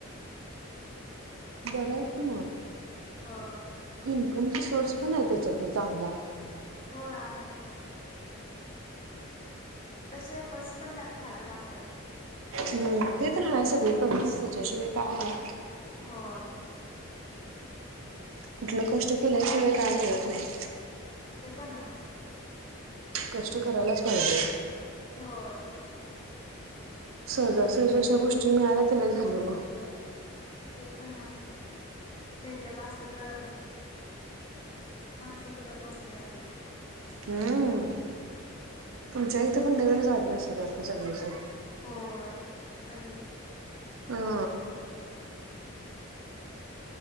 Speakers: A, on the right; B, on the left.
A: बर आहे कि म.
B: होय
A: इन्कमचा सोर्स पण आहे त्याच्यात. न चांगला.
B: होय आहे. तसे एफर्ट्स पण त्यात घालाय लागतात.
A: हम्म. ते तर आहे सगळीकडच त्याच्याशिवाय काय हाय?
B: होय.
A: कुठलं कष्ट केल्याशिवाय काय मिळत नाही.
B: प ना.
A: कष्ट करायलाच पाहिजे.
B: होय.
A: सहजासहजी अशा गोष्टी मिळाल्यातर लई झालं मग-
B: ते पण हाए. भेटत असत तर- माणसंपट पोचले असते.
A: हम्म तुमच्या इथे पण वेगवेगळ्या जागी असतात का सगळेजण
B: होय गल्लीत
A: हा